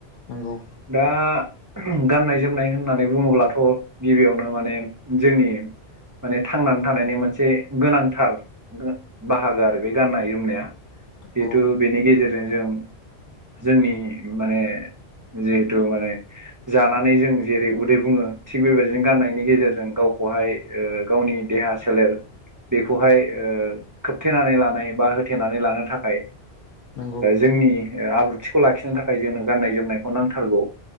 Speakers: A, on the left; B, on the right.
A: नंगौ
B: दा गाननाय जोमनाय होननानै बुङोब्लाथ' गिबियावनो माने जोंनि माने थांनानै थानायनि मोनसे गोनांथार बाहागो आरो बे गाननाय जोमनाया जिहेथु।
A: औ
B: बेनि गेजेरजों जों जोंनि माने। जिहेथु माने जानानै जों जेरै उदै बुङो थिग बेबायदिनो गान्नायनि गेजेरजों गावखौहाय गावनि देहा सोलेर बेखौहाय खोबथेनानै लानाय। बा होथेनानै लानो थाखाय
A: नंगौ
B: जोंनि आब्रुथिखौ लाखिनो थाखाय जोंनो गाननाय जोमनायखौ नांथारगौ।